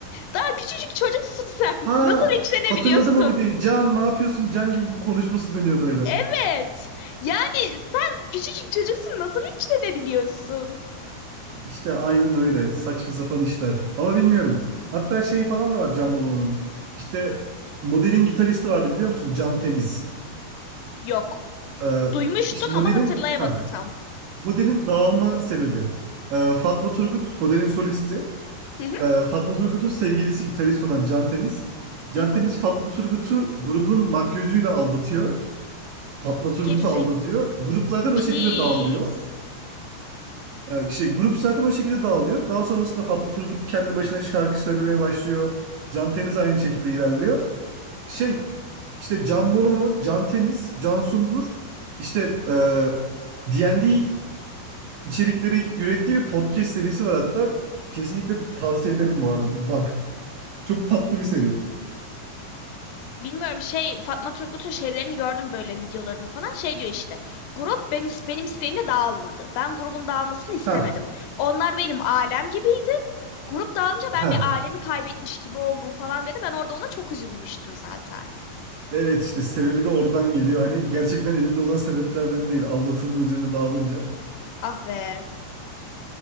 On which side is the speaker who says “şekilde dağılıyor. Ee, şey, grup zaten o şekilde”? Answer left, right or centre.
Right